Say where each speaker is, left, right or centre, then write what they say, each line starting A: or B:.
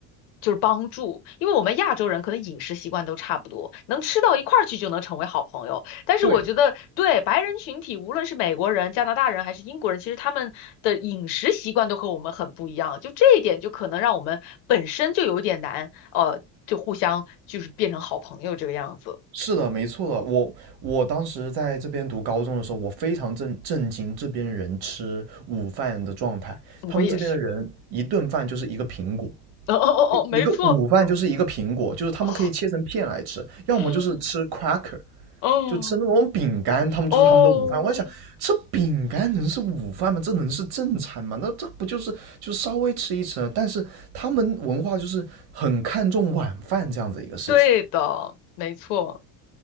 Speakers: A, on the left; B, on the right.
A: 就是帮助，因为我们亚洲人可能饮食习惯都差不多，能吃到一块儿去就能成为好朋友。但是我觉得对白人群体，
B: 对。
A: 无论是美国人、加拿大人还是英国人，其实他们的饮食习惯都和我们很不一样，就这一点就可能让我们本身就有一点难，呃，就互相就是变成好朋友这个样子。
B: 是的，没错的。我我当时在这边读高中的时候，我非常震震惊这边人吃午饭的状态。
A: 我也是，
B: 他们这边的人一顿饭就是一个苹果，
A: <laughs> 哦哦哦哦，没错，
B: 一个午饭就是一个苹果，就是他们可以切成片来吃，
A: 哦，
B: 要么就是吃
A: <gasps> 嗯
B: cracker，
A: 哦。
B: 就吃那种饼干，他们就是他们的午饭。
A: 哦，
B: 我在想，这饼干能是午饭吗？这能是正餐吗？那这不就是就稍微吃一吃？但是他们文化就是很看重晚饭这样子一个事情。
A: 对的，没错。